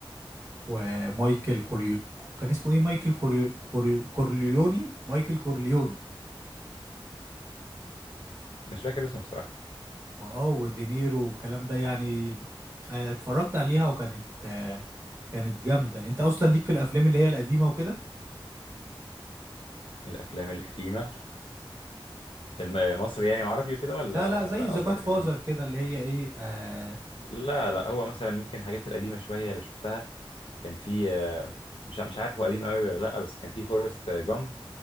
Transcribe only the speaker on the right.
ومايكل كوريو كان اسمه ايه مايكل كوريو كوريو كورليوني مايكل كورليوني
واه ودينيرو والكلام ده يعني آه، اتفرجت عليها وكانت آه، كانت جامدة انت اصلا ليك في الافلام اللي هي القديمة وكده
لا لا زي
ذا
جاد
فازر كده اللي هي ايه آه